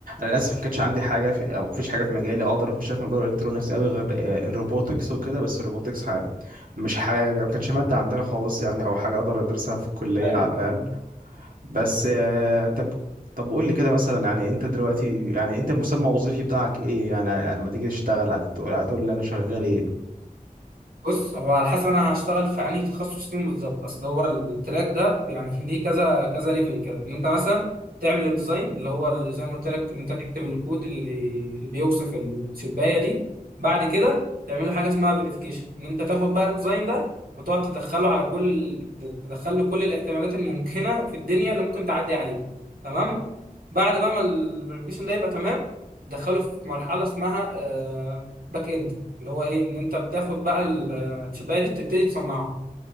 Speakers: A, on the right; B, on the right.
A: للاسف ما كانش عندي حاجه في او مفيش حاجه في مجالي اقدر اخشها في موضوع الالكترونكس قوي غير آه، الروبوتكس وكده بس الروبوتكس ح- مش حاجه ما كانتش ماده عندنا خالص يعني او حاجه اقدر ادرسها في الكليه
B: ايوه
A: على الاقل بس آه، طب طب قول لي كده مثلا يعني انت دلوقتي يعني انت المسمى الوظيفي بتاعك ايه يعني لما تيجي تشتغل هتقول هتقول لي انا شغال ايه
B: بص هو على حسب انا هشتغل في انهي تخصص فيهم بالظبط اصل هو التراك ده يعني <laughs> ليه كذا كذا ليفل كده ان انت مثلا تعمل الديزاين اللي هو ال- زي ما قلت لك ان انت تكتب الكود اللي بيوصف الشبايه دي بعد كده تعمل له حاجه اسمها فيريفيكيشن ان انت تاخد بقى الديزاين ده وتقعد تدخله على كل تدخله كل الاحتمالات الممكنه في الدنيا اللي ممكن تعدي عليه تمام بعد بقى ما الفيريفيكيشن ده يبقى تمام دخلوا في مرحله اسمها آه، باك اند اللي هو ايه ان انت بتاخد بقى الشبايه دي تبتدي تصنعها